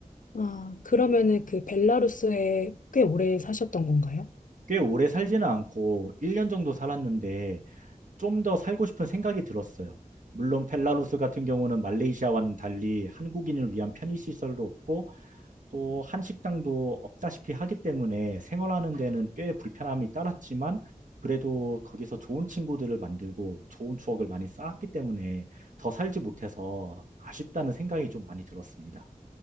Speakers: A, on the left; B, on the right.
A: 아, 그러면은 그 벨라루스에 꽤 오래 사셨던 건가요?
B: 꽤 오래 살지는 않고 1년 정도 살았는데 좀 더 살고 싶은 생각이 들었어요. 물론 펠라루스 같은 경우는 말레이시아와는 달리 한국인을 위한 편의시설도 없고 또 한식당도 없다시피 하기 때문에 생활하는 데는 꽤 불편함이 따랐지만 그래도 거기서 좋은 친구들을 만들고 좋은 추억을 많이 쌓았기 때문에 더 살지 못해서 아쉽다는 생각이 좀 많이 들었습니다.